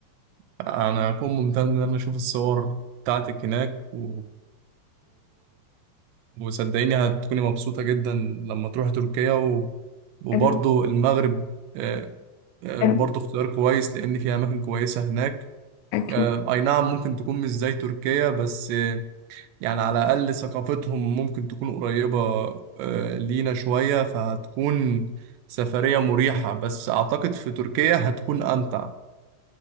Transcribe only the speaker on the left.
أنا
أنا
أكيد